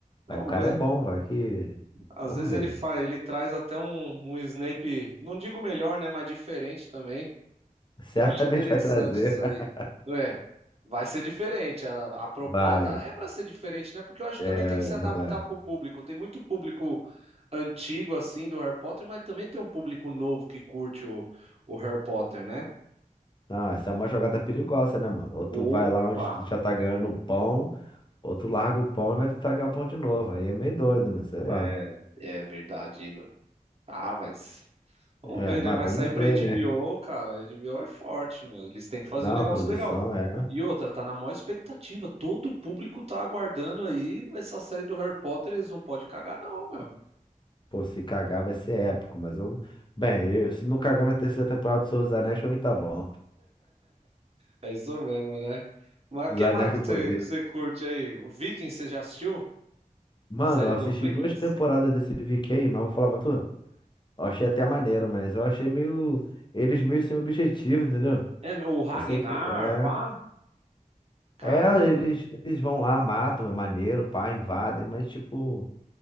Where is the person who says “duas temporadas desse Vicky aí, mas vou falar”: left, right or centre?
Left